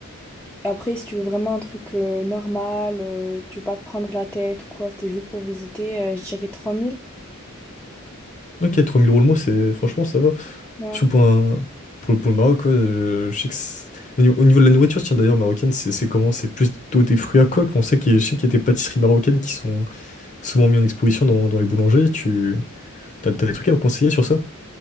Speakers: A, in the centre; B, on the left.
A: Après, si tu veux vraiment un truc euh, normal, euh, tu veux pas te prendre la tête ou quoi, c'était juste pour visiter, euh, je dirais trois mille.
B: Ok, 3000 euros le mois, c'est, franchement, ça va.
A: Ouais.
B: Surtout pour, un, pour, le pour le Maroc, quoi, euh, je sais que c'est- au niveau, au niveau de la nourriture, tiens, d'ailleurs, marocaine, c'est c'est comment? C'est plutôt des fruits à coque. On sait qu'il y, a- je sais qu'il y a des pâtisseries marocaines qui sont souvent mises en exposition dans, dans les boulangers. Tu t'as, t'as des trucs à me conseiller sur ça?